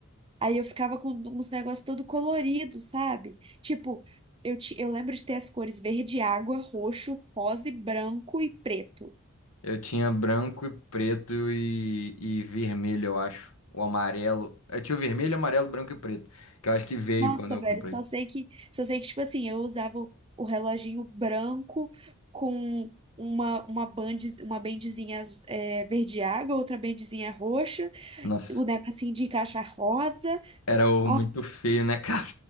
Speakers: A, on the right (about 25°); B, on the left (about 80°).
A: Aí eu ficava com uns negócios todo colorido, sabe? Tipo, eu, ti- eu lembro de ter as cores verde água, roxo, rosa e branco e preto.
B: Eu tinha branco e preto e, e vermelho, eu acho. O amarelo. Eu tinha o vermelho, amarelo, branco e preto. Que eu acho que veio
A: Nossa,
B: quando eu
A: velho,
B: comprei.
A: só sei que, só sei que, tipo assim, eu usava o o reloginho branco com uma, uma bandes, uma bendezinha az- é, verde água, outra bendezinha roxa,
B: Nossa,
A: o negocinho de caixa rosa.
B: era o-
A: Nossa,
B: muito feio, né, <laughs> cara?